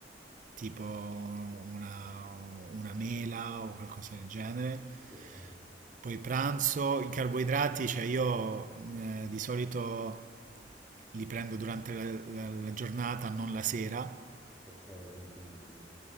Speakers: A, on the right; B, in the centre.
A: tipo una, una mela o qualcosa del genere.
B: ok,
A: Poi pranzo, i carboidrati, cioè io eh, di solito li prendo durante la, la- la giornata, non la sera,
B: ok, anch'io, sì.